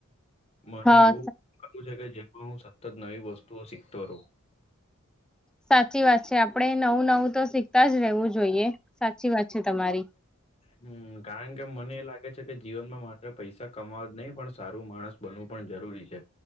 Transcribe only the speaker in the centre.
હા
સાચી વાત છે આપડે નવું-નવું તો શીખતા જ રહેવું જોઈએ. સાચી વાત છે તમારી